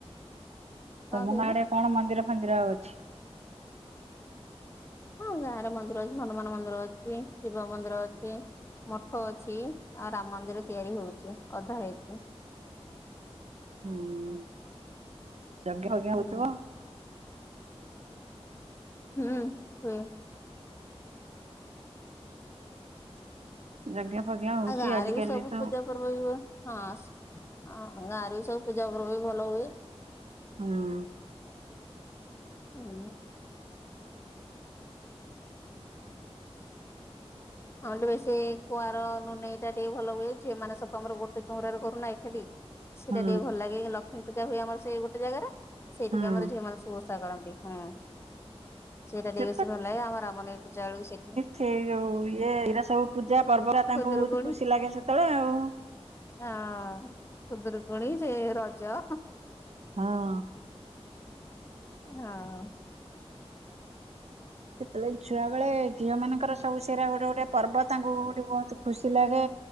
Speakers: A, on the right; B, on the left.
A: ତମ
B: କହିଲେ
A: ଗା ଆଡେ କଣ ମନ୍ଦିର ଫନ୍ଦିର ଅଛି?
B: ହଁ ଗାଁରେ ମନ୍ଦିର ଅଛି ହନୁମାନ ମନ୍ଦିର ଅଛି ଶିବ ମନ୍ଦିର ଅଛି। ମଠ ଅଛି ଆଉ ରାମ ମନ୍ଦିର ତିଆରି ହଉଛି ଅଧା ହେଇଚି।
A: ହୁଁ ଯଗଞ ଭଗଞ
B: ହୁଁ
A: ହଉଥିବ?
B: ହୁଁ ହୁ।
A: ଜଗ୍ଞା ଫଜ୍ଞା ହଉଛି
B: ଆଉ ଗାଁରେ
A: ଆଜିକାଲି
B: ବି ସବୁ
A: ତ
B: ପୂଜା ପର୍ବ <unintelligible> ହଁ ହଁ ଗାଁରେ ବି ସବୁ ପୂଜା ପର୍ବ ବି ଭଲ ହୁଏ।
A: ହୁଁ।
B: ହୁଁ। ଆମର ଟିକେ ବେଶୀ ସେ କୁଆର ନୁ ନେଇେଇ ଟା ଟିକେ ଭଲ ହୁଏ ମାନେ ଆମର ଗୋଟେ ଚଉରାରେ କରୁନା ଏକାଠି। ସେଇଟା
A: ହୁଁ
B: ଟିକେ ଭଲ ଲାଗେ, କି ଲକ୍ଷ୍ମୀ ପୂଜା ହୁଏ ଗୋଟେ ଜାଗାରେ ସେଇଠି
A: ହୁଁ।
B: ବି ଆମର <unintelligible> ସବୁ ଚାଷା କରନ୍ତି ହୁଁ ସେଇଟା
A: ସେ
B: ଟିକେ ବେଶୀ ଭଲ ଲାଗେ ଆମ ରାମନ ପୂଜା ବେଳକୁ ସେଇଠି
A: ସେଇଉ ଇଏ ଏଇରା ସବୁ ପୂଜା ପର୍ବ ତାଙ୍କୁ
B: ଖୁଦୁରୁକୁଣୀ
A: ବହୁତ ଖୁସି ଲାଗେ ସେତେବେଳେ ଆଉ।
B: ହଁ ସୁୁଦରକୁଣୀ ସେ ରଜ
A: ହଁ।
B: ହଁ।
A: ସେତେବେଳେ ଛୁଆ ବେଳେ ଝିଅ ମାନଙ୍କର ସବୁ ସେ ଗୋଟେ ଗୋଟେ ପର୍ବ ତାଙ୍କୁ ଗୋଠେ ବହୁତ ଖୁସି ଲାଗେ।